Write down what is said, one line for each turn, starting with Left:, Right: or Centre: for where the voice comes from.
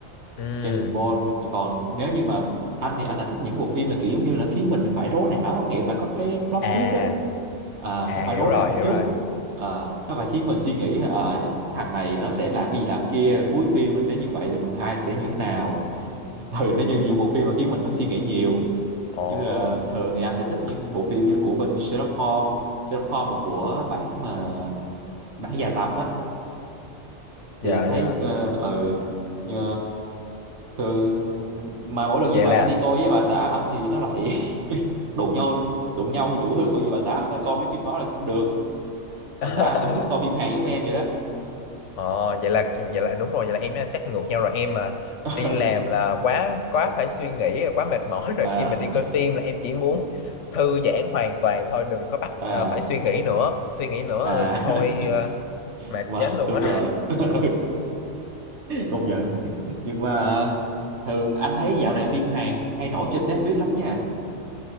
Left: ừ
Right: Jason Bourne còn nếu như mà anh thì anh lại thích những bộ phim là kiểu giống như là khiến mình phải rối não á, nghĩa phải có cái plot
Left: à
Right: twist á à,
Left: à
Right: nó
Left: hiểu
Right: phải rối
Left: rồi
Right: não một
Left: hiểu
Right: chút
Left: rồi
Right: à, nó phải khiến mình suy nghĩ à, thằng này nó sẽ làm cái gì làm kia cuối phim nếu như vậy thì phần 2 sẽ như thế nào ừ nó như những bộ phim mà khiến mình phải suy nghĩ nhiều
Left: Ồ,
Right: nhưng là thường thì anh sẽ thích những bộ phim như của bên Sherlock Holmes Sherlock Holmes mà của bản mà bản dài tập á thì
Left: dạ
Right: anh thấy
Left: dạ
Right: ờ, ừ như, thường mà mỗi lần
Left: vậy
Right: như vậy
Left: là
Right: anh đi coi với bà xã anh thì nó lại <laughs> đụng nhau đụng nhau đủ thứ bởi vì bà xã anh lại coi mấy phim đó là không được bà
Left: <laughs>
Right: xã anh cũng thích coi phim hài giống em vậy đó
Left: ờ vậy là vậy là đúng rồi vậy là em với anh chắc ngược nhau rồi em mà
Right: <laughs>
Left: đi làm là quá quá phải suy nghĩ quá mệt mỏi <laughs> rồi
Right: à
Left: khi mà đi coi phim là em chỉ muốn thư giãn hoàn toàn thôi đừng có bắt
Right: à
Left: ờ, phải suy nghĩ nữa suy nghĩ nữa
Right: à
Left: ờ, thôi ờ,
Right: <laughs>
Left: mệt
Right: mà
Left: chết luôn
Right: đúng
Left: á
Right: rồi <laughs> công nhận nhưng mà thường anh thấy dạo này phim Hàn hay nổi trên Netflix lắm nha